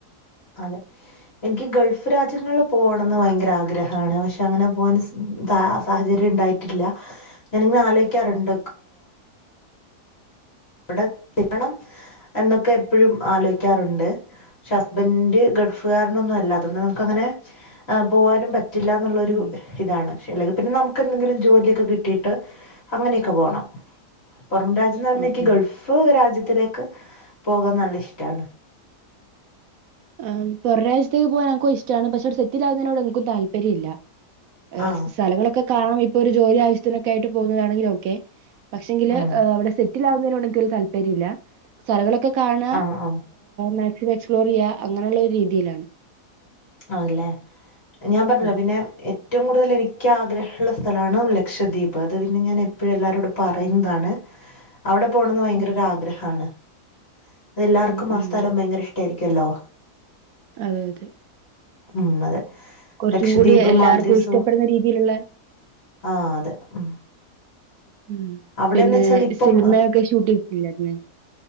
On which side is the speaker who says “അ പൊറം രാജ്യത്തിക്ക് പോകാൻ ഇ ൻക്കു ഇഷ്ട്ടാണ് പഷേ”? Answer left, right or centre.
Right